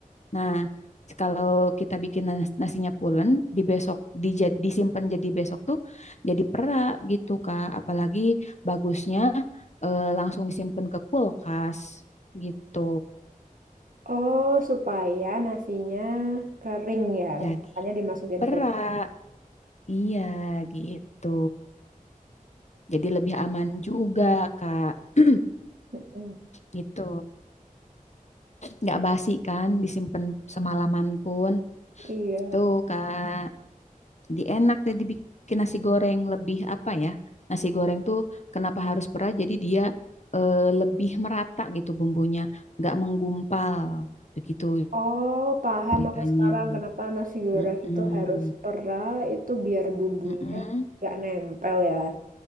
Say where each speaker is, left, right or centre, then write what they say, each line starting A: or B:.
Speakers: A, on the left; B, on the right.
A: Nah, kalau kita bikin nas- nasinya pulen di besok dija- disimpan jadi besok tuh jadi perak gitu Kak. Apalagi bagusnya eh, langsung disimpan ke kulkas gitu.
B: Oh, supaya nasinya kering ya,
A: Jadi
B: makanya dimasukin
A: perak.
B: kulkas.
A: Iya, gitu. Jadi lebih aman juga, Kak. <clears throat>
B: Mm-mm.
A: Gitu. Nggak basi kan, disimpan semalaman pun.
B: Iya.
A: Tuh, Kak. Jadi enak deh dibikin nasi goreng lebih apa ya? Nasi goreng tuh kenapa harus perah? Jadi dia eh, lebih merata gitu bumbunya, nggak menggumpal. Begitu
B: Oh, paham
A: ceritanya.
B: aku sekarang kenapa nasi goreng
A: Mm-mm.
B: itu harus pera itu biar bumbunya
A: Mm-mm.
B: nggak nempel ya.